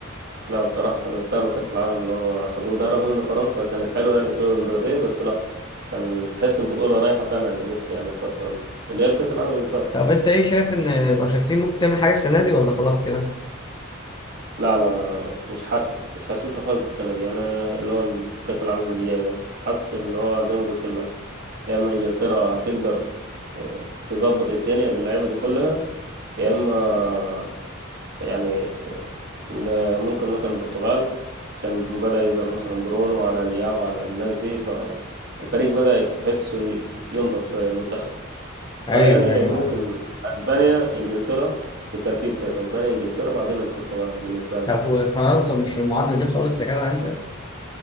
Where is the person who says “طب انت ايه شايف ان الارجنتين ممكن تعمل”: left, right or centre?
Left